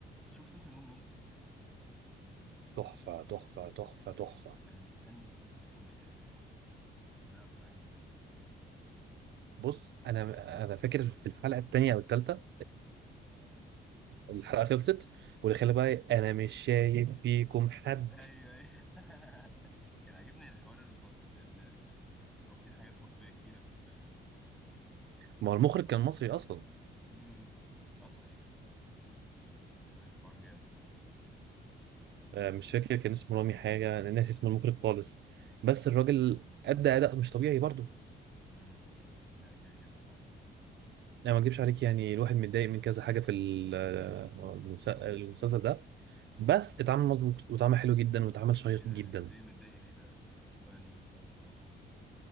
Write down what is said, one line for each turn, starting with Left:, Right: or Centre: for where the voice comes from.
Centre: شفت انت مون نايت
Right: تحفة تحفة تحفة تحفة
Centre: انا مستني الجزء التاني مش قادر يعني ده اكتر حاجه مستنيها
Right: بص انا انا فاكر في الحلقه الثانيه او الثالثه الحلقه خلصت واللي خلى بقى انا مش شايف فيكم حد
Centre: ايوه ايوه <laughs> كان عاجبني الحوار المصري ان رابطين حاجات مصريه كتيره في الفيلم
Right: ما هو المخرج كان مصري اصلا
Centre: امم اه صحيح لا حوار جامد
Right: آه، مش فاكر كان اسمه رامي حاجه انا ناسي اسم المخرج خالص بس الراجل ادى اداء مش طبيعي برضه
Centre: امم لا كده كده صح
Right: انا ما اكدبش عليك يعني الواحد متضايق من كذا حاجه في ال- آه، المس- المسلسل ده بس
Centre: مم.
Right: اتعمل مظبوط واتعمل حلو جدا واتعمل شيق
Centre: ايه ده
Right: جدا
Centre: ليه متضايق ليه ده حاسه يعني فاهم ظبطوها